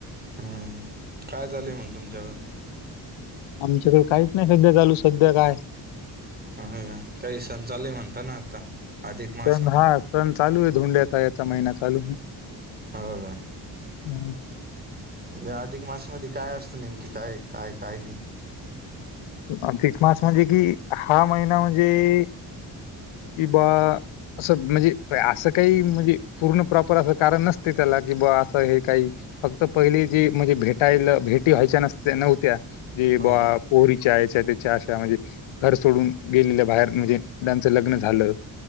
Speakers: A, on the right; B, on the left.
A: हम्म काय चालेय मग तुमच्या
B: आमच्याकडे काहीच नाही सध्या चालू सध्या काय
A: हो का काही सण चालू आहे म्हणता ना आता अधिक मास
B: सण
A: म्हणून
B: हा सण चालू आहे धोंड्याचा याचा महिना चालू आहे.
A: हो का
B: हम्म.
A: म्हणे अधिक मास मध्ये काय असतं नेमकी काय काय काय नाही.
B: अधिक मास म्हणजे कि हा महिना म्हणजे कि बा असं म्हणजे असं काही म्हणजे पूर्ण प्रॉपर असं कारण नसते त्याला कि बा असं हे काही फक्त पहिले जे म्हणजे भेटायला भेटी व्हायच्या नसत्या नव्हत्या. जी
A: हो
B: बा
A: हो
B: पोरी च्या त्याच्या अशा म्हणजे घर सोडून गेलेल्या बाहेर म्हणजे त्यांचं लग्न झालं.